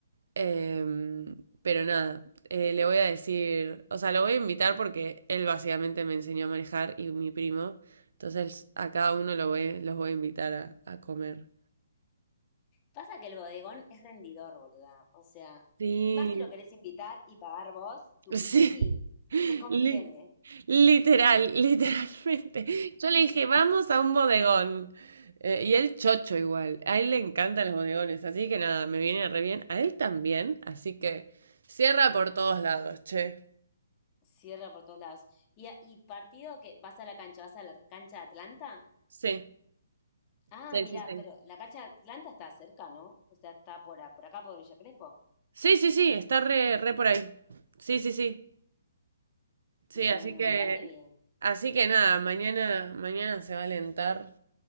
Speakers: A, on the right; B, on the left.
A: em, pero nada, eh, le voy a decir, o sea, lo voy a invitar porque él básicamente me enseñó a manejar y mi primo, entonces a cada uno lo voy, los voy a invitar a, a comer.
B: Pasa que el bodegón es rendidor, boluda. O sea,
A: Sí,
B: y más si lo querés invitar y pagar vos, tuki
A: Sí,
B: tuki, te conviene.
A: li- literal, <laughs> literalmente. Yo le dije, vamos a un bodegón. Eh, y él chocho igual. A él le encantan los bodegones, así que nada, me viene re bien. A él también, así que cierra por todos lados, che.
B: Cierra por todos lados. Y, a- y partido que vas a la cancha, vas a la cancha de Atlanta.
A: Sí,
B: Ah,
A: sí,
B: mira,
A: sí, sí.
B: pero la cancha de Atlanta está cerca, ¿no? O sea, está por, a- por acá, por Villa Crespo.
A: Sí, sí, sí, está re, re por ahí. Sí, sí, sí. Sí,
B: Bueno,
A: así que,
B: mira qué bien.
A: así que nada, mañana, mañana se va a alentar.